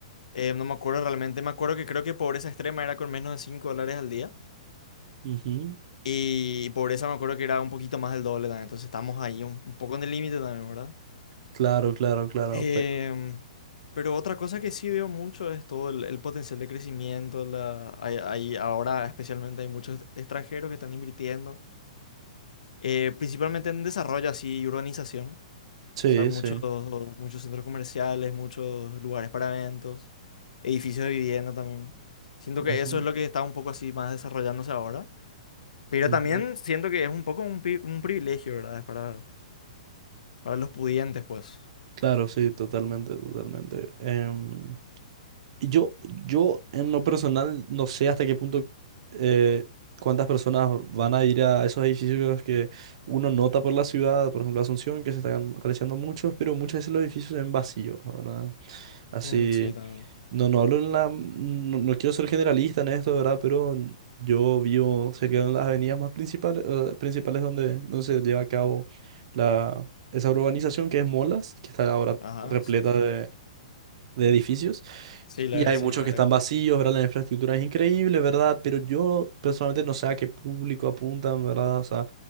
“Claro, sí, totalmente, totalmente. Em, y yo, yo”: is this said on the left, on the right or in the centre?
Right